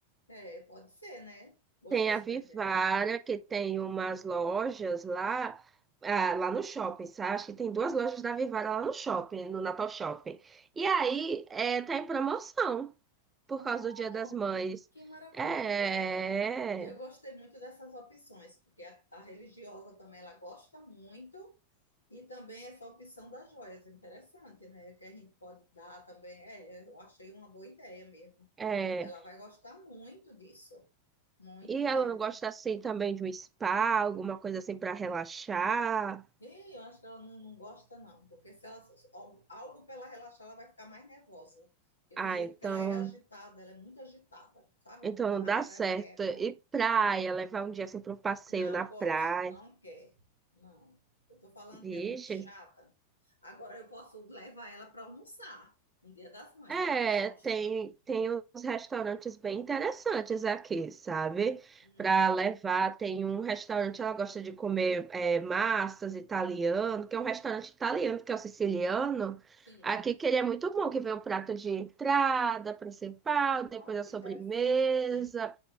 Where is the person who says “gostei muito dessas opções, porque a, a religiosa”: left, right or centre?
Left